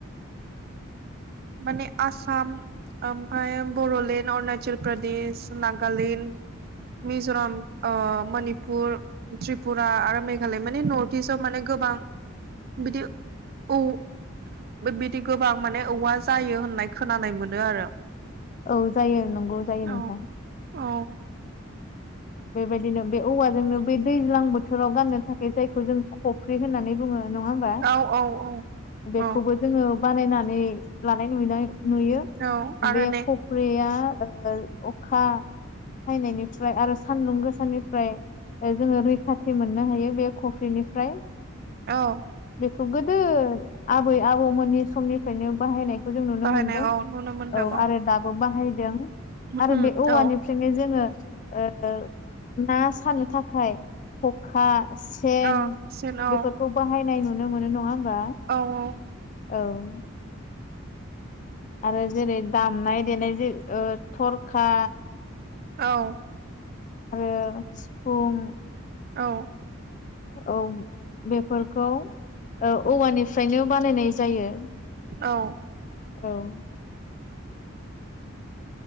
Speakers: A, on the right; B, on the left.
A: माने आसाम ओमफाय बड'लेण्ड अरुणाचल प्रदेश नागालेण्ड मिज'राम ओ मनिपुर त्रिपुरा आरो मेघालय माने नर्थ इस्टआव माने गोबां बिदि औ बिदि गोबां माने औवाज जायो होननाय खोनानाय मोनो आरो।
B: औ जायो नंगौ जायो
A: औ
B: नोंथां।
A: औ
B: बेबायदिनो बे औवाजोंनो बे दैज्लां बोथोराव गाननो थाखाय जायखौ जों खफ्रि होननानै बुङो नङा होम बा
A: औ औ औ
B: बेखौबो
A: औ
B: जोङो बानायनानै लानाय नुनायोना नुयो
A: औ आरो
B: बे
A: नै
B: ख फ्रिया ओ अखा हायनायनिफ्राय आरो सानदुं गोसानिनिफ्राय जोङो रैखाथि मोननो हायो बे खफ्रिनिफ्राय।
A: औ
B: बेखौ गोदो आबै आबौमोननि समनिफ्रायनो बाहायनाय जों नुनो
A: बाहायनाय
B: मोनदों।
A: औ नुनो मोनदों
B: औ आरो दाबो बाहायदों
A: औ
B: आरो बे औवानिफ्रायनो
A: औ
B: जोङो ओ ओ ना सानो थाखाय ख'खा सेन
A: औ सेन औ
B: बेफोरखौ बाहायनाय नुनो मोनो नङा होमबा?
A: औ औ।
B: औ आरो जेरै दामनाय देनाय जे थ'रखा
A: औ
B: आरो सिफुं
A: औ।
B: औ बेफोरखौ औवानिफ्रायनो बानायनाय जायो
A: औ
B: औ